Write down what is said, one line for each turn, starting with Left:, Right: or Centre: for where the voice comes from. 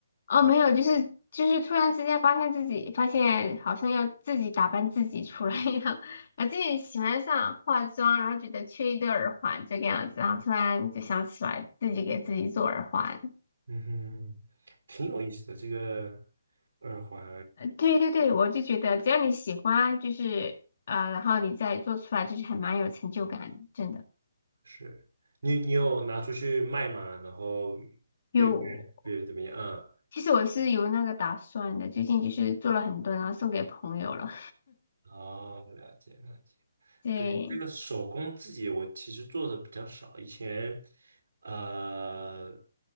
Left: 哦，没有，就是就是突然之间发现自己发现好像要自己打扮自己出来一样，然后自己喜欢上化妆，然后觉得缺一对耳环这个样子，然后突然就想起来自己给自己做耳环。
Right: 嗯哼，挺有意思的这个耳环
Left: 对对对，我就觉得只要你喜欢，就是啊、呃然后你再做出来，就是还蛮有成就感的，真的。
Right: 是，你你有拿出去卖吗？然后
Left: 有，
Right: 别别别人怎么样？嗯，
Left: 其实我是有那个打算的，最近就是做了很多，然后送给朋友了。
Right: 哦，了解了解。
Left: <laughs> 对，
Right: 对，这个手工自己我其实做的比较少，以前呃